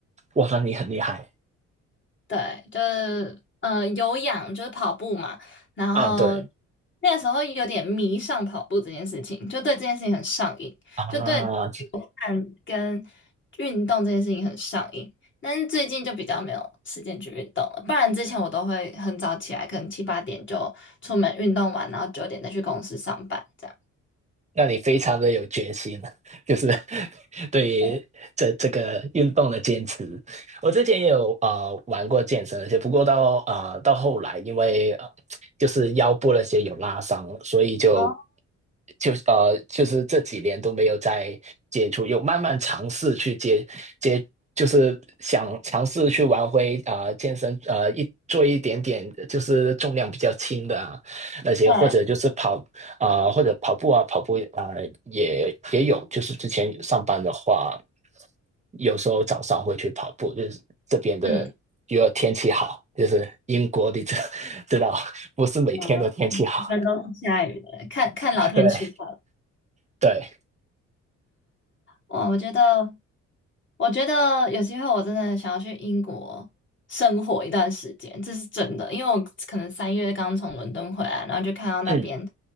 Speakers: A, on the right (about 25°); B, on the left (about 40°).
A: 哇，那你很厉害
B: 对，就是呃有氧，就是跑步嘛。然后
A: 啊！对
B: 那个时候有点迷上跑步这件事情，就对这件事情很上瘾，
A: 啊。
B: 就对看跟运动这件事情很上瘾。但是最近就比较没有时间去运动了，不然之前我都会很早起来，可能七八点就出门运动完，然后九点再去公司上班这样。
A: 让你非常的有决心了，就是 <laughs> 对于这这个运动的坚持。
B: 对，
A: 我之前也有呃玩过健身，而且不过到啊到后来，因为、呃、就是腰部那些有拉伤，所以就
B: 哦，
A: 就呃就是这几年都没有再接触，有慢慢尝试去接接，就是想尝试去玩回啊、呃健身，呃一做一点点就是重量比较轻的啊，那些或者就是跑啊、
B: 对，
A: 或者跑步啊，跑步啊、也也有，就是之前上班的话，有时候早上会去跑步，就是这边的如果天气好，
B: 嗯，
A: 就是英国你知 <laughs> 知道，不是每天都天气好，
B: 嗯，一般都是下雨的，看看老天吃饭。
A: <laughs> 对对，
B: 哇，我觉得，我觉得有机会我真的想要去英国生活一段时间，这是真的。因为我可能三月刚从伦敦回来，然后就看到那边
A: 嗯，